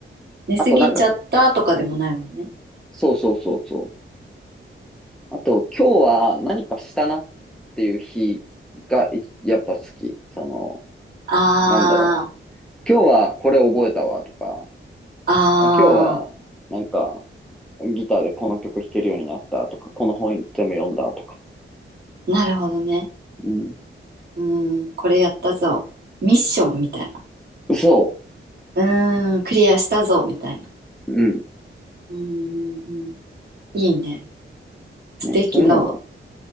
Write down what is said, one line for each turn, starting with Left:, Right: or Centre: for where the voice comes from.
Right: 寝すぎちゃったとかでもないもんね。
Centre: あとなんか、そうそうそうそう。あと今日は何かしたなっていう日がいやっぱ好き。その、
Right: あー、
Centre: なんだろう。今日はこれ覚えたわとか、
Right: あ
Centre: あ、今日はなんかギターでこの曲弾けるようになったとか、この本全部読んだとか。
Right: ー、なるほどね。
Centre: うん。
Right: うん、これやったぞ。ミッションみたいな。
Centre: そ
Right: うーん、クリアしたぞ、みたいな。
Centre: う。うん。
Right: うーん、いいね。素敵だわ。
Centre: ね。そういうのが